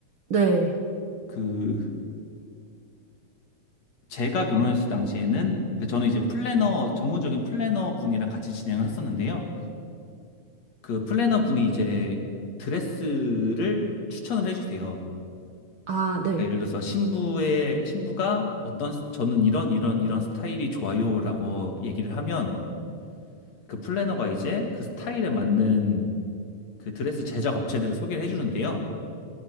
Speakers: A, on the right; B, on the left.
A: 네.
B: 그 제가 결혼했을 당시에는 그 저는 이제 플래너 전문적인 플래너 분이랑 같이 진행을 했었는데요. 그 플래너 분이 이제 드레스를 추천을 해주세요.
A: 아, 네.
B: 네, 예를 들어서 신부의 신부가 어떤 스- 저는 이런 이런 이런 스타일이 좋아요라고 얘기를 하면 그 플래너가 이제 그 스타일에 맞는 그 드레스 제작 업체들을 소개를 해주는데요.